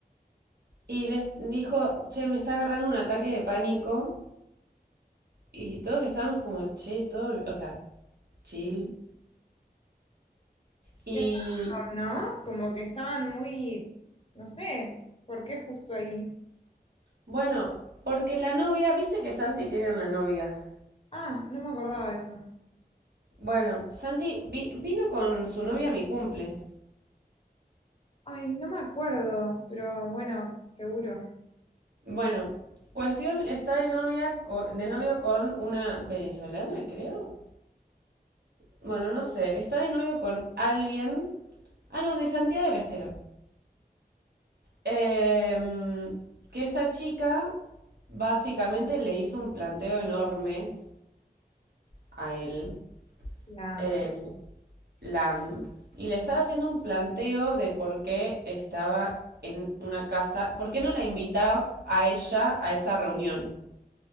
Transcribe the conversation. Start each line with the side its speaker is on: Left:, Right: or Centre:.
Right: Y les dijo, che, me está agarrando un ataque de pánico. Y todos estábamos como, che, todo, o sea, chill. Y
Left: Qué raro, ¿no? Como que estaban muy, no sé, ¿por qué justo ahí?
Right: bueno, porque la novia, viste que Santi tiene una novia.
Left: Ah, no me acordaba de eso.
Right: Bueno, Santi vi- vino con su novia a mi cumple.
Left: Ay, no me acuerdo, pero bueno, seguro.
Right: Bueno, cuestión está de novia co- de novio con una venezolana, creo. Bueno, no sé, está de novio con alguien. Ah, no, de Santiago del Estero. Em, que esta chica básicamente le hizo un planteo enorme a él,
Left: La,
Right: em, Lam, y le estaba haciendo un planteo de por qué estaba en una casa, por qué no la invitaba a ella a esa reunión.